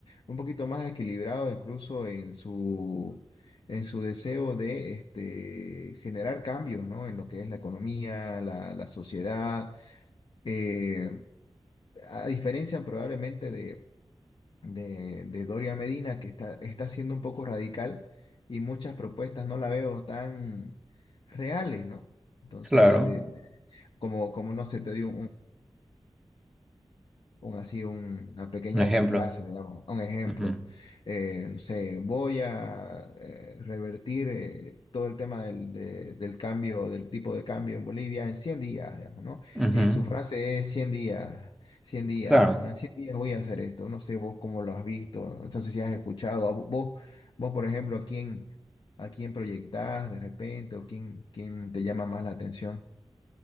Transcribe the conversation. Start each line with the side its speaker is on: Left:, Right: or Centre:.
Left: Un poquito más equilibrado incluso en su, en su deseo de este, generar cambios, ¿no? En lo que es la economía, la, la sociedad, eh, a diferencia probablemente de de, de Doria Medina, que está, está siendo un poco radical y muchas propuestas no la veo tan reales, ¿no? Entonces,
Centre: claro,
Left: de- de- como, como no sé, te dio un, así un- una pequeña
Centre: un ejemplo.
Left: de sus frases, digamos, un ejemplo.
Centre: Ujú,
Left: eh, no sé, voy a eh, revertir eh, todo el tema del, de- del cambio, del tipo de cambio en Bolivia en 100 días, digamos, ¿no?
Centre: ujú,
Left: Eh, su frase es 100 días. cien días,
Centre: claro.
Left: digamos, ¿no? En 100 días voy a hacer esto. No sé vos cómo lo has visto, ¿no? Entonces si has escuchado, a vo- vos, vos por ejemplo, a quién, a quién proyectás de repente o quién, quién te llama más la atención.